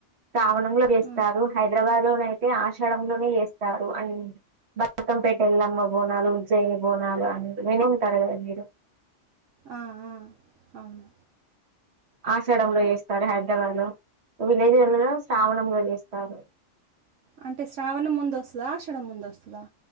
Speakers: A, on the right (about 60°); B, on the right (about 80°).
A: శ్రావణం లో జేస్తారు
B: ఆ!
A: హైదరాబాద్ లో నయితే ఆషాడం లోనే చేస్తారు అన్ బత్ కమ్ పేట్ ఎల్లమ్మ బోనాలు ఉజ్జయిని బోనాలు అనీ విని ఉంటారు గదా మీరు
B: ఆ ఆ అవున
A: ఆషాడంలో చేస్తారు హైదరాబాద్ లో విలేజ్ లల్లో నేం శ్రావణంలో చేస్తారు
B: అంటే శ్రావణం ముంద్ వొస్తదా ఆషాడం ముంద్ వొస్తదా